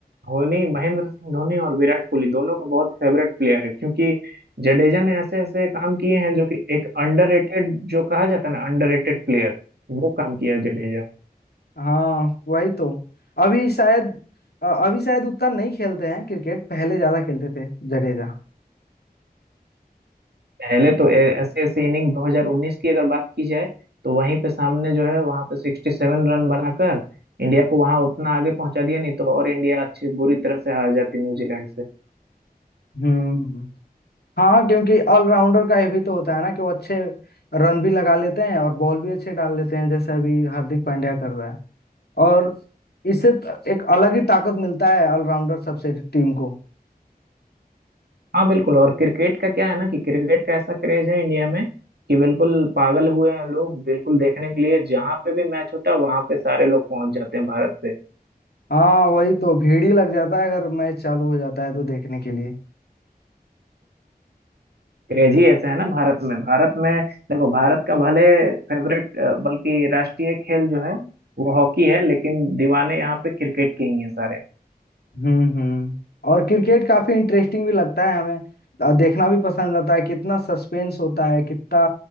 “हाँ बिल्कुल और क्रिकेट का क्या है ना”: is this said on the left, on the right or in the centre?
Right